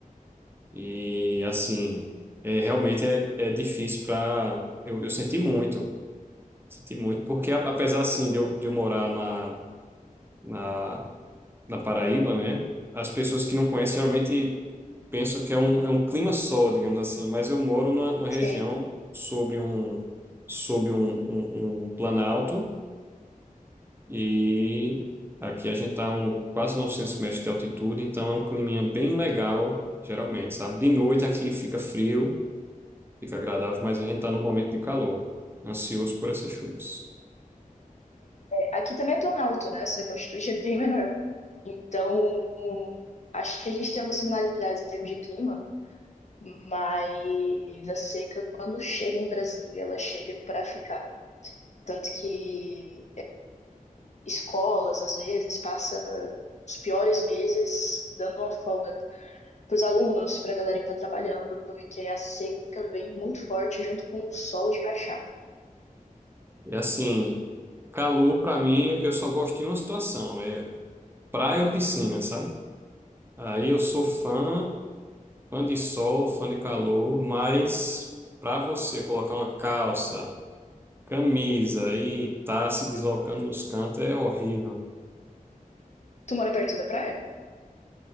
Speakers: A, on the right; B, on the left.
A: E assim, é, realmente é, é difícil para. Eu, eu senti muito. Senti muito, porque a- apesar assim de eu, de eu morar na, na na Paraíba, né? As pessoas que não conhecem geralmente pensam que é um, é um clima só, digamos assim, mas eu moro numa, numa região
B: Sim,
A: sobre um, sobre um, um, um planalto e aqui a gente está um, quase 900 metros de altitude, então é um climinha bem legal, geralmente, sabe? De noite aqui fica frio, fica agradável, mas a gente está num momento de calor, ansioso por essas chuvas.
B: aqui também é planalto, né? Só que a altitude é bem menor. Então, acho que a gente tem algumas similaridades em termos de clima, Mas a seca, quando chega em Brasília, ela chega para ficar. Tanto que escolas, às vezes, passam os piores meses dando uma folga para os alunos, para a galera que está trabalhando, porque a seca vem muito forte junto com o sol de rachar.
A: E assim, calor para mim, eu só gosto de uma situação, é praia ou piscina, sabe? Aí eu sou fã, fã de sol, fã de calor, mas para você colocar uma calça, camisa e tá se deslocando nos cantos é horrível.
B: Tu mora perto da praia?